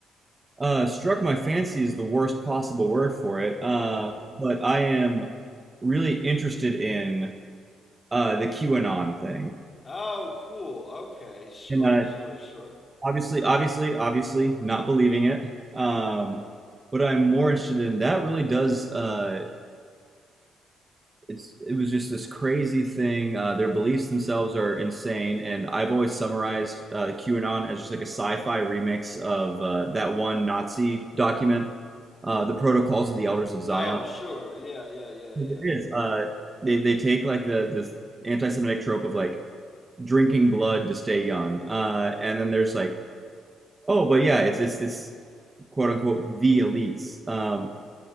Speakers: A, on the right; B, on the left.
A: Uh, struck my fancy is the worst possible word for it. Uh,
B: Okay.
A: but I am really interested in uh, the QAnon thing,
B: Oh, cool. Okay, sure,
A: and uh,
B: sure, sure.
A: obviously, obviously, obviously, not believing it. Um, what I'm more interested in that really does. Uh, it's it was just this crazy thing. Uh, their beliefs themselves are insane, and I've always summarized uh, QAnon as just like a sci-fi remix of uh, that one Nazi document, uh, the Protocols of the Elders of Zion.
B: Oh, sure. Yeah, yeah, yeah, yeah.
A: It is. Uh, they they take like the this anti-Semitic trope of like drinking blood to stay young, uh, and then there's like oh, but yeah, it's it's it's quote unquote the elites. Um,